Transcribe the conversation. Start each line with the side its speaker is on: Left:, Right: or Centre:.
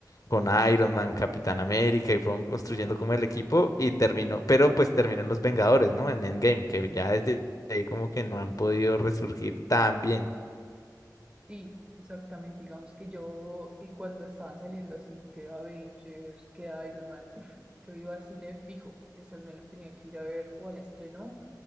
Left: con Iron Man, Capitán América y fueron
Right: total.
Left: construyendo como el equipo y terminó, pero pues terminó en Los Vengadores, ¿no? En Endgame, que ya desde ahí como que no han podido resurgir tan bien.
Right: Sí, exactamente, digamos que yo, y cuando estaban saliendo así, que Avengers, que Iron Man, uff, yo iba a cine fijo, esas me las tenía que ir a ver o al estreno